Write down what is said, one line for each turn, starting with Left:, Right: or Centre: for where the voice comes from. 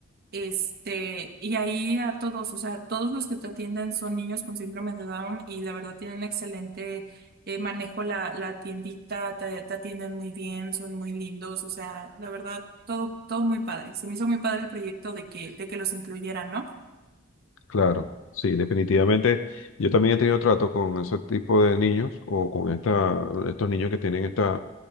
Right: este, y ahí a todos, o sea, todos los que te atienden son niños con síndrome de Down y la verdad tienen excelente eh, manejo la, la tiendita, te, te atienden muy bien, son muy lindos, o sea, la verdad, todo, todo muy padre. Se me hizo muy padre el proyecto de que, de que los incluyeran, ¿no?
Left: Claro, sí, definitivamente. Yo también he tenido trato con ese tipo de niños o con esta, estos niños que tienen esta